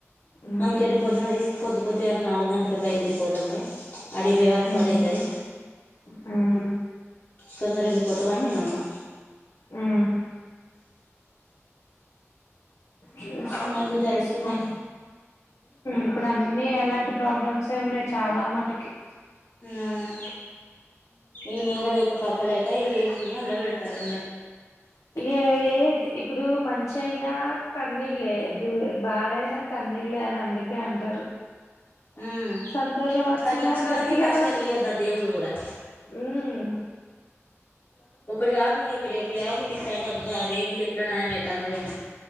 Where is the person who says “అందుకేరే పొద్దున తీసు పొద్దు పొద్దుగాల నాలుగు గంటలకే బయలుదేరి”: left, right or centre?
Left